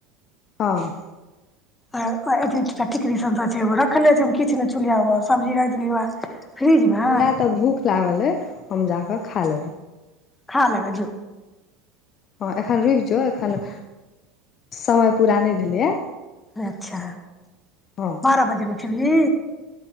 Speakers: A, on the left; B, on the left.
A: हँ।
B: आर- आ एतबी टा -टा का टिकरी सब जे छै, ओ रखले छै हम किछु नय छुलियौ सब्जी राइख देलयै वैह। फ्रिजमे
A: हमरा तऽ भूख लागल अइ हम जाकऽ खा लेबो।
B: खा ले गे जो।
A: हँ एखन रुकि जो, एखन समय पूरा नै भेलैए।
B: अच्छा!
A: हँ
B: बारह बजेमे खेबही?